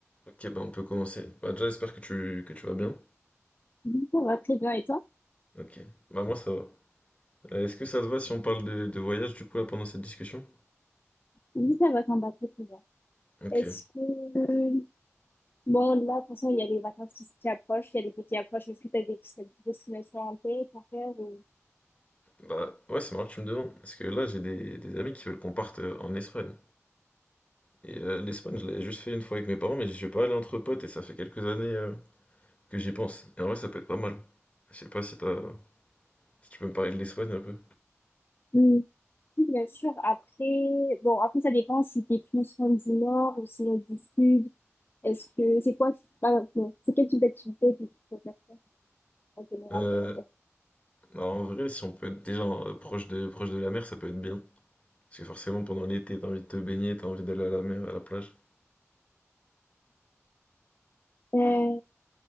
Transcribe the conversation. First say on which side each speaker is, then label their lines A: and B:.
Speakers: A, on the left; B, on the left.
A: Ok, bah on peut commencer. Bah déjà, j'espère que tu, que tu vas bien.
B: Oui, ça va très bien. Et toi?
A: Ok, bah moi ça va. Euh, Est-ce que ça te va si on parle de, de voyage du coup là pendant cette discussion?
B: Oui, ça va, ça me va très très bien.
A: Ok,
B: Est-ce que... euh, Bon, là, de toute façon, il y a les vacances qui, qui approchent, il y a l'été qui approche. Est-ce que tu as des petites destinations en tête à faire ou-
A: bah ouais, c'est marrant que tu me demandes. Parce que là, j'ai des, des amis qui veulent qu'on parte euh, en Espagne. Et euh, l'Espagne, je l'avais juste fait une fois avec mes parents, mais j'y suis pas allé entre potes et ça fait quelques années euh, que j'y pense. Et en vrai, ça peut être pas mal. Je sais pas si t'as, si tu peux me parler de l'Espagne un peu.
B: Mm. Oui, Bien sûr, après... Bon, après, ça dépend si t'es plus fan du nord ou sinon du sud. Est-ce que... C'est quoi... qui- Par C'est quel type d'activité que tu préfères faire en général?
A: Euh,
B: t'as- t'as-
A: bah, en vrai, si on peut être déjà euh, proche de, proche de la mer, ça peut être bien. Parce que forcément, pendant l'été, t'as envie de te baigner, t'as envie d'aller à la mer, à la plage.
B: Euh,